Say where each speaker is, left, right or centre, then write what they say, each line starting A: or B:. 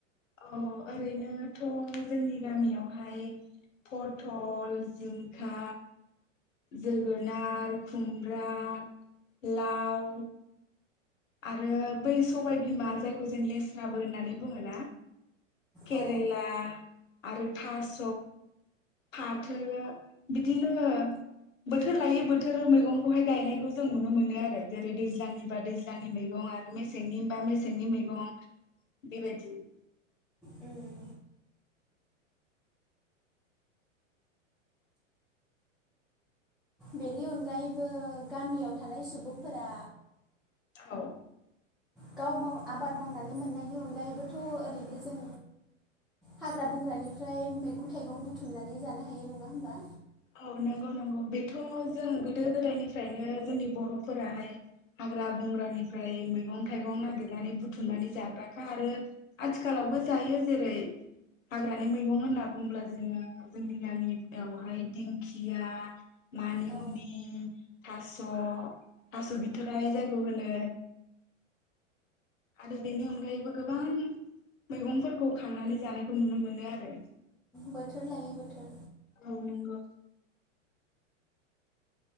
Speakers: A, on the left; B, in the centre.
A: अ ओरैनोथ' जोंनि गामियावहाय पथल, जिंखा, जोगोनार, खुमब्रा, लाव आरो बै सबायबिमा जायखौ जों लेस्राबो होननानै बुङो ना केेरेला
B: अ
A: आरो थास' फाथो बिदिनो बोथोर लायै बोथोर मैगंखौहाय गायनायखौ जों नुनो मोनो आरो जेरै दैज्लांनि बा दै ज्लांनि मैगं आरो मेसेंनिबा मेसेंनि मैगं बे बायदि
B: उम बेनि अनगायैबो गामियाव थानाय सुबुंफोरा
A: औ
B: गाव माव आबाद मावनानै मोननायनि अनगायैबोथ' ओरैनो जों हाग्रा बंग्रानिफ्राय मैगं-थाइगं बुथुमनानै जानो हायो नङा होमबा
A: औ नंगौ नंगौ बेथ' जों गोदो-गोदायनिफ्रायनो जोंनि बर'फोराहाय हाग्रा बंग्रानिफ्राय मैगं-थाइगं नागिरनानै बुथुमनानै जाग्राखा आरो आथिखालावबो जायो जेरै हाग्रानि मैगं होनना बुंब्ला जोङो जोंनि गामिआवहाय दिंखिया, मानिमुनि,
B: औ
A: थास', थास' बिथोराय जायखौ होनो। आरो बेनि अनगायैबो गोबां मैगंफोरखौ खांनानै जानायखौ नुनो मोनो आरो
B: बोथोर लायै बोथोर
A: औ नोंगौ